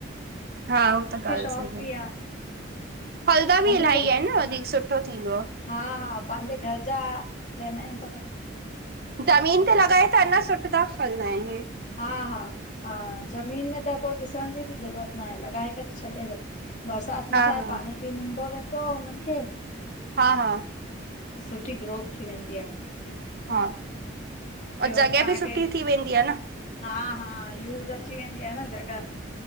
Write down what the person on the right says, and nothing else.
हा उ त ॻाल्ह
सही
आ,
फलदा
बि इलाही
आहिन न वधीक सुठो थींदो आ।
ज़मीन ते लॻाए त अञा सुठ दा फलंदाइन हे,
हा
हा
हा हा
हा ओ
जॻह
बि सुठी थी वेंदी आहे न।